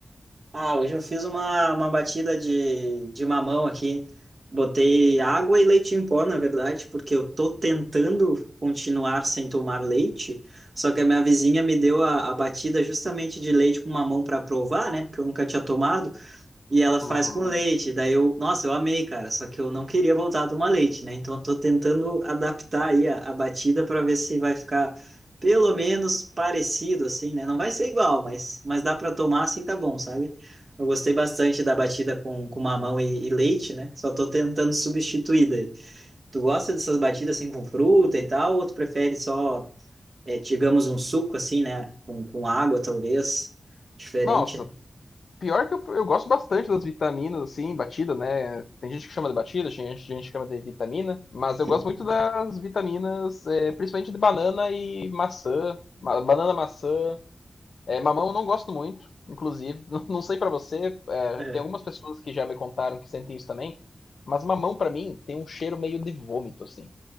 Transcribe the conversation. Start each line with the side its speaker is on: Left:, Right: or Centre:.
Right: Ah, hoje eu fiz uma, uma batida de, de mamão aqui. Botei água e leite em pó, na verdade, porque eu tô tentando continuar sem tomar leite, só que a minha vizinha me deu a, a batida justamente de leite com mamão para provar, né? Porque eu nunca tinha tomado. E ela faz
Left: Uhum.
Right: com leite. Daí eu, nossa, eu amei, cara. Só que eu não queria voltar a tomar leite, né? Então eu tô tentando adaptar aí a, a batida para ver se vai ficar pelo menos parecido, assim, né? Não vai ser igual, mas, mas dá para tomar assim, tá bom, sabe? Eu gostei bastante da batida com, com mamão e, e leite, né? Só tô tentando substituir daí. Tu gosta dessas batidas assim com fruta e tal, ou tu prefere só, é, digamos, um suco assim, né? Com, com água, talvez. Diferente,
Left: Nossa,
Right: né?
Left: pior que eu, eu gosto bastante das vitaminas, assim, batida, né? Tem gente que chama de batida, tem gente, gente que chama de vitamina. Mas
Right: Sim.
Left: eu gosto muito das vitaminas, é, principalmente de banana e maçã. Ma- banana, maçã. É, mamão eu não gosto muito, inclusive. <laughs> Não, não sei pra você, é,
Right: É,
Left: tem algumas pessoas que já me contaram que sentem isso também. Mas mamão pra mim tem um cheiro meio de vômito, assim.